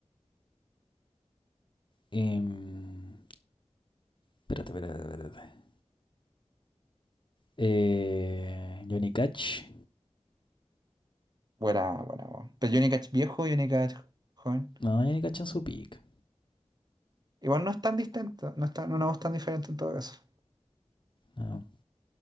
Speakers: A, on the left; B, on the right.
A: em, espérate, espérate, espérate. Eh, Johnny Cash.
B: Buena, buena, buena. Pero Johnny Cash viejo y Johnny Cash joven.
A: No, Johnny Cash en su pick.
B: Igual no es tan distinto, no es tan- una voz tan diferente en todo caso.
A: No.